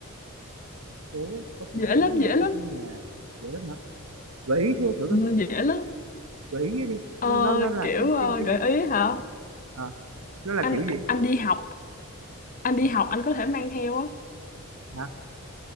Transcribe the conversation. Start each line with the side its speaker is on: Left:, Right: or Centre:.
Right: phố
Left: <laughs>
Right: có thành
Left: dễ
Right: phố
Left: lắm
Right: nhưng
Left: dễ lắm
Right: không có nhà vậy đó hả gợi ý thử thử coi
Left: Ừ, dễ lắm
Right: gợi ý đi
Left: ờ,
Right: nó nó nó là
Left: kiểu
Right: cái
Left: ờ,
Right: cái cái
Left: gợi ý hả
Right: à, nó là
Left: anh
Right: kiểu gì
Left: anh đi học anh đi học anh có thể mang theo á
Right: hả